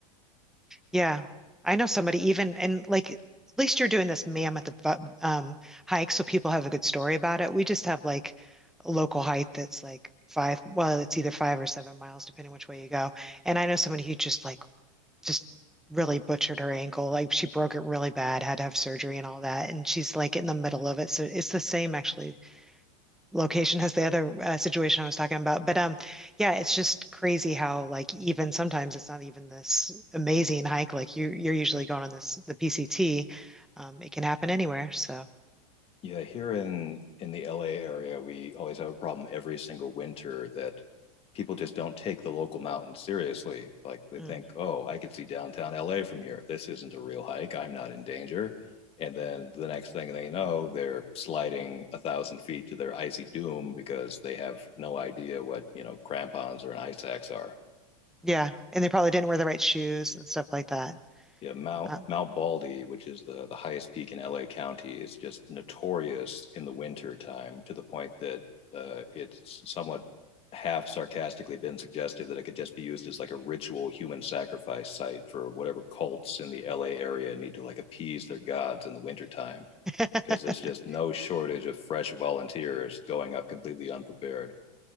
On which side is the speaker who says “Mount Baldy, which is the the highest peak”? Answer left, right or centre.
Left